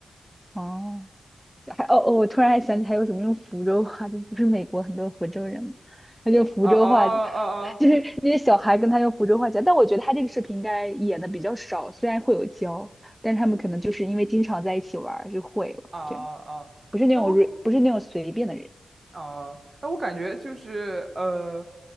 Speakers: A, in the centre; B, on the right.
A: 哦，还哦哦，我突然还想起还有什么用福州话，就不是美国很多福州人嘛，他就福州话，
B: 哦哦
A: 就
B: 哦
A: 是那些小孩跟他用福州话讲。但我觉得他这个视频应该演的比较少，虽然会有教，但是他们可能就是因为经常在一起玩儿就会了，
B: 哦哦哦哦，
A: 这样
B: 啊啊啊哎我
A: 不是那种 re- 不是那种随便的人。
B: 哦哎我感觉就是呃，